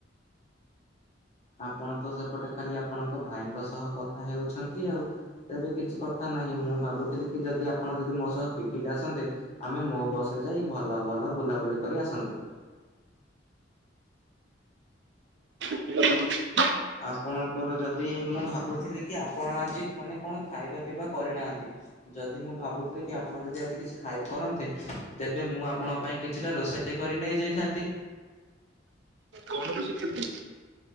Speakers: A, on the left; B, on the right.
A: ଆପଣ ତ ସେପଟେ ଖାଲି ଆପଣଙ୍କ ଭାଇଙ୍କ ସହ କଥା ହେଉଛନ୍ତି ଆଉ। ତେବେ କିଛି କଥା ନାହିଁ, ମୁଁ ଭାବୁଥିଲି କି ଯଦି ଆପଣ ଯଦି ମୋ ସହ ପିପିଲି ଆସନ୍ତେ। ଆମେ ମୋ ବସ୍ ରେ ଯାଇ ଭଲ ଭଲ ବୁଲାବୁଲି କରି ଆସନ୍ତେ।
B: <unintelligible>
A: ଆପଣଙ୍କର ଯଦି ମୁଁ ଭାବୁଥିଲି କି ଆପଣ ଆଜି ମାନେ କଣ ଖାଇବା ପିଇବା କରିନାହାନ୍ତି? ଯଦି ମୁଁ ଭାବୁଥିଲି କି ଆପଣ ଯଦି ଆଜି କିଛି ଖାଇବି କରନ୍ତେ। ତେବେ ମୁଁ ଆପଣ ପାଇଁ କିଛିଟା ରୋଷେଇ କରି ନେଇ ଯାଇଥାନ୍ତି।
B: କଣ ରୋଷେଇ?। <inaudible>